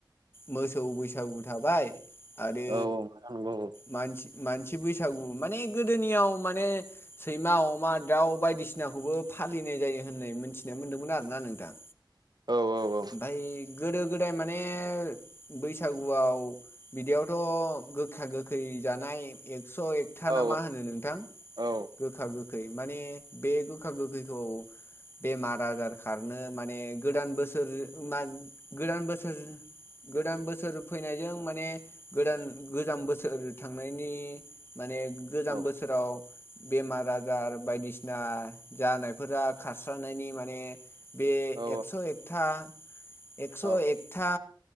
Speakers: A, on the left; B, on the right.
A: मोसौ बैसागु थाबाय आरो
B: औ नोंथां नंगौ
A: मानसि मान सि बैसागु माने गोदोनियाव माने सैमा अमा दाउ बायदिसिनाखौबो फालिनाय जायो होननाय मिथिनाय मोन्दोंमोन आरोना नोंथां
B: औ औ
A: ओमफ्राय
B: औ
A: गोदो गोदाय माने बैसागुआव बिदियावथ' गोखा गोखै जानाय एक्स एकथा
B: औ
A: ना मा होनो नोंथां
B: औ
A: गोखा गोख गोखै माने बे गोखा गोखैखौ बेमार आजार खारनो माने गोदान बोसोर मा गोदान बोसोर गोदान बोसोर फैनायजों माने गोदान गोजाम बोसोर थांनायनि माने गोजाम
B: औ
A: बोसोराव बेमार आजार बायदिसिना जानायफोरा खारस्रानायनि माने बे
B: औ
A: एक्स' ए कथा एकस'
B: औ
A: एकथा